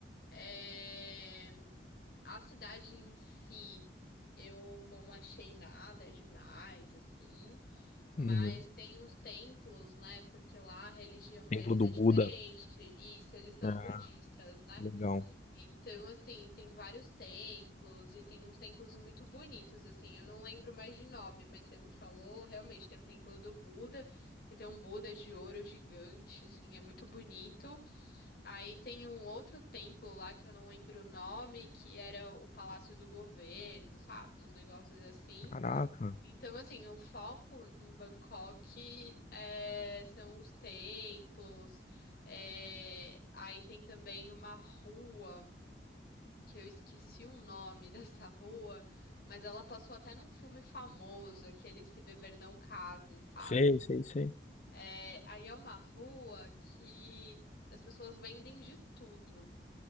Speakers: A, on the left (about 55°); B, on the left (about 40°).
A: É, a cidade em si, eu não achei nada demais, assim, mas
B: Uhum.
A: tem uns templos, né? Porque lá a religião
B: Templo
A: deles
B: do
A: é
B: Buda.
A: diferente. Isso, eles são
B: Ah,
A: budistas, né?
B: legal.
A: Então, assim, tem vários templos e tem uns templos muito bonitos, assim. Eu não lembro mais de nome, mas você me falou, realmente, tem um templo do Buda, que tem um Buda de ouro gigante, assim, é muito bonito. Aí tem um outro templo lá que eu não lembro o nome, que era o Palácio do Governo, sabe? Uns negócios assim.
B: Caraca.
A: Então, assim, o foco em Bangkok é, são os templos. é, aí tem também uma rua que eu esqueci o nome <laughs> dessa rua, mas ela passou até num filme famoso, aquele Se Beber Não Case, sabe?
B: Sei, sei, sei.
A: É, aí é uma rua que as pessoas vendem de tudo,